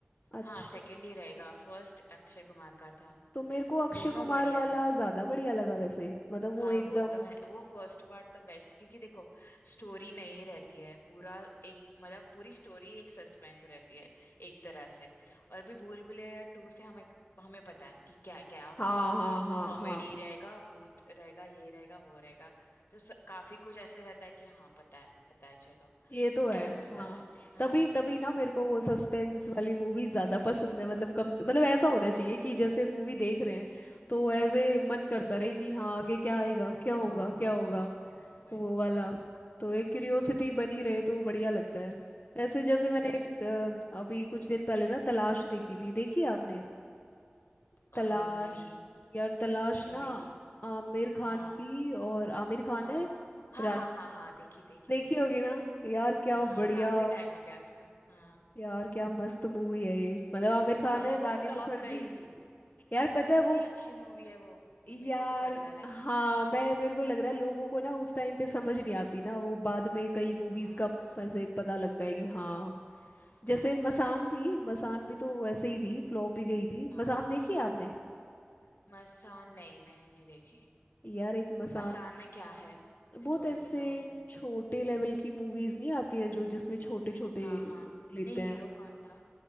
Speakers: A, on the left; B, on the left.
A: अच्छा
B: हाँ सेकंड ही रहेगा फर्स्ट अक्षय कुमार का था
A: तो मेरे को अक्षय
B: दोनों
A: कुमार
B: बढ़िया
A: वाला
B: है
A: ज्यादा बढ़िया लगा वैसे मतलब वो
B: हाँ
A: एकदम
B: वो तो है वो फर्स्ट पार्ट तो बेस्ट क्योंकि देखो स्टोरी नहीं रहती है पूरा एक मतलब पूरी स्टोरी एक सस्पेंस रहती है एक तरह से और भी भूल भुलैया टू से हमें हमें पता है कि क्या क्या होगा
A: हाँ हाँ हाँ
B: कॉमेडी
A: हाँ
B: रहेगा भूत रहेगा ये रहेगा वो रहेगा तो स, काफी कुछ ऐसे रहता है कि हाँ पता है पता है चलो
A: ये तो है
B: ऐसे हो जाता
A: हाँ
B: है हाँ
A: तभी तभी ना मेरे को वो सस्पेंस
B: हाँ।
A: वाली मूवी ज्यादा पसंद है मतलब कम से मतलब ऐसा होना चाहिए कि जैसे मूवी देख रहे हैं तो ऐसे मन करता रहे कि हाँ आगे क्या आएगा क्या होगा
B: हाँ
A: क्या होगा
B: बस वही
A: वो वाला तो एक क्यूरियोसिटी बनी रहे तो बढ़िया लगता है ऐसे जैसे मैंने
B: वही
A: एक अ, अभी कुछ दिन पहले ना तलाश देखी थी देखी है आपने
B: अ
A: तलाश
B: नहीं
A: यार तलाश
B: नहीं
A: ना
B: देखी
A: आमिर खान
B: हाँ
A: की और आमिर खान
B: हाँ
A: है
B: हाँ
A: रान
B: हाँ हाँ हाँ देखी देखी
A: देखी
B: देखी
A: होगी
B: देखी
A: ना यार क्या
B: हाँ
A: बढ़िया
B: काफी टाइम हो गया उसका हाँ
A: यार क्या मस्त मूवी है ये मतलब आमिर खान
B: अरे
A: है
B: वो
A: रानी
B: फ्लॉप
A: मुखर्जी
B: गई थी
A: यार पता
B: इतनी
A: है वो
B: अच्छी मूवी है वो
A: यार
B: मेरे को तो बढ़िया लगी
A: हाँ मैं मेरे को लग रहा है लोगों
B: हाँ
A: को ना उस टाइम पे समझ नहीं आती ना वो बाद में कई मूवीज
B: हाँ
A: का ऐसे पता लगता है कि हाँ जैसे मसान थी मसान भी तो ऐसे ही थी फ्लॉप ही गई थी
B: हाँ
A: मसान देखी है आपने
B: मसान नहीं मैंने नहीं देखी
A: यार एक मसान
B: मसान में क्या है
A: बहुत
B: स्टोरी
A: ऐसे
B: बताओ फिर
A: छोटे लेवल की मूवीज नहीं आती हैं जो जिसमें छोटे छोटे
B: हाँ हाँ
A: लेते
B: नहीं
A: हैं
B: हीरो कौन था